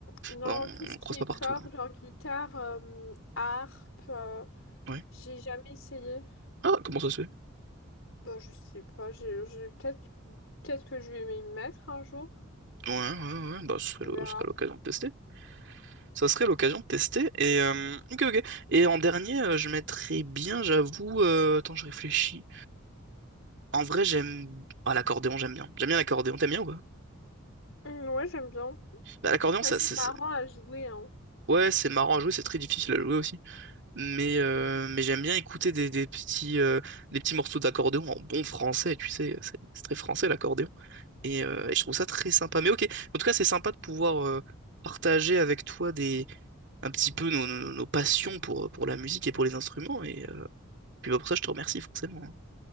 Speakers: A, on the left (about 70°); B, on the right (about 60°).
A: non,
B: Bah, On,
A: tout ce
B: on
A: qui
B: croise
A: est
B: pas partout,
A: cordes,
B: hein.
A: genre guitare, euh, harpe, euh,
B: Ouais.
A: j'ai jamais essayé.
B: Ah comment ça se fait?
A: Bah, je sais pas, j'ai, j'ai- peut-être, peut-être que je vais m'y mettre un jour.
B: Ouais, ouais, ouais, bah ce serait
A: On
B: le-
A: verra.
B: ce serait l'occasion de tester. Ça serait l'occasion de tester, et euh, ok, ok. Et en dernier, euh, je mettrais bien, j'avoue, euh, attends, je réfléchis. En vrai, j'aime... Ah, l'accordéon, j'aime bien. J'aime bien l'accordéon, t'aimes bien ou pas?
A: Hum, ouais, j'aime bien.
B: Bah, l'accordéon,
A: C'est
B: ça,
A: assez
B: c'est...
A: marrant
B: c'est-
A: à jouer, hein.
B: Ouais, c'est marrant à jouer, c'est très difficile à jouer aussi. Mais, euh, mais j'aime bien écouter des, des petits, euh, des petits morceaux d'accordéon en bon français, tu sais, c'est c'est très français l'accordéon. Et, euh, et je trouve ça très sympa. Mais ok, en tout cas, c'est sympa de pouvoir euh, partager avec toi des, un petit peu nos, nos- nos passions pour, pour la musique et pour les instruments. Et euh, puis bah, pour ça, je te remercie forcément. hein.